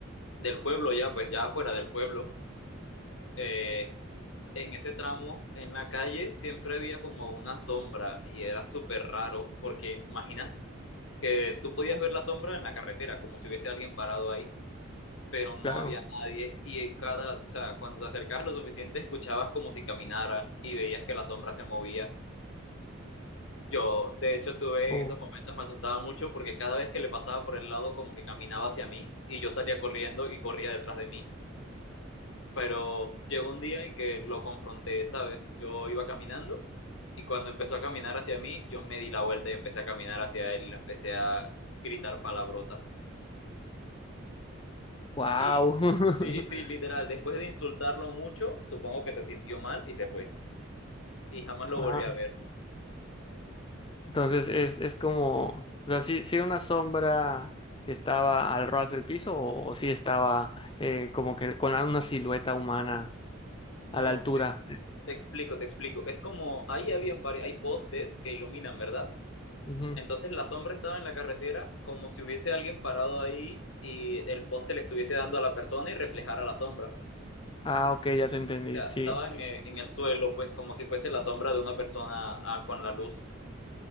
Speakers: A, on the left; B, on the left.
A: del pueblo ya, pues ya fuera del pueblo, eh, en ese tramo, en la calle, siempre había como una sombra y era súper raro porque imagina que tú podías ver la sombra en la carretera, como si hubiese alguien parado ahí, pero no
B: Claro.
A: había nadie y en cada, o sea, cuando te acercabas lo suficiente escuchabas como si caminara y veías que la sombra se movía. Yo, de hecho, tuve
B: Oh,
A: en esos momentos me asustaba mucho porque cada vez que le pasaba por el lado como que caminaba hacia mí y yo salía corriendo y corría detrás de mí pero llegó un día en que lo confronté, ¿sabes? Yo iba caminando y cuando empezó a caminar hacia mí, yo me di la vuelta y empecé a caminar hacia él y le empecé a gritar palabrotas.
B: wow.
A: Y
B: <laughs>
A: sí, sí, literal, después de insultarlo mucho, supongo que se sintió mal y se fue. Y jamás lo
B: Ajá.
A: volví a ver.
B: Entonces es, es como, o sea, si una sombra que estaba al ras del piso o, si estaba eh, como que con la- una silueta humana
A: No,
B: a la altura.
A: te, te explico, te explico. Es como, ahí habían varios, hay postes que iluminan, ¿verdad?
B: Ujú.
A: Entonces la sombra estaba en la carretera como si hubiese alguien parado ahí y el poste le estuviese dando a la persona y reflejara la sombra.
B: Ah, ok, ya te entendí,
A: sea,
B: sí.
A: estaban eh, en el suelo, pues como si fuese la sombra de una persona ah, con la luz.